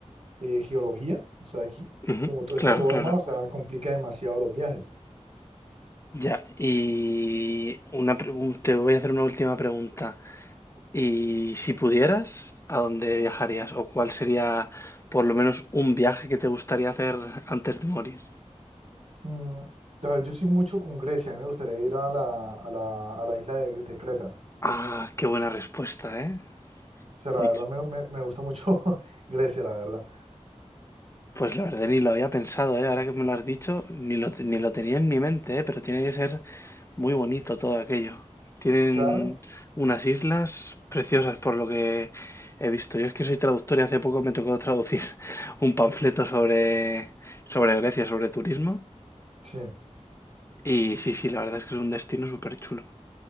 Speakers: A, on the right; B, on the left.
A: eh, geología, o sea, aquí,
B: Ujú,
A: como todo
B: Claro,
A: está todo
B: claro.
A: armado, o sea, complica demasiado los viajes.
B: Ya, y una, pregu- te voy a hacer una última pregunta. Y si pudieras, ¿a dónde viajarías? ¿O cuál sería por lo menos un viaje que te gustaría hacer antes de morir?
A: Mm, a ver, yo soy mucho con Grecia, a mí me gustaría ir a la, a la, a la isla de de Creta.
B: Ah, qué buena respuesta, ¿eh?
A: O sea, la
B: Muy
A: verdad
B: ch-
A: me, me, me gusta mucho <laughs> Grecia, la verdad.
B: pues la verdad ni lo había pensado, ¿eh? Ahora que me lo has dicho, ni lo, te- ni lo tenía en mi mente, ¿eh? Pero tiene que ser muy bonito todo aquello. Tienen
A: Claro,
B: unas islas preciosas por lo que he visto. Yo es que soy traductor y hace poco me tocó traducir <laughs> un panfleto sobre, sobre Grecia, sobre turismo.
A: sí.
B: Y sí, sí, la verdad es que es un destino súper chulo.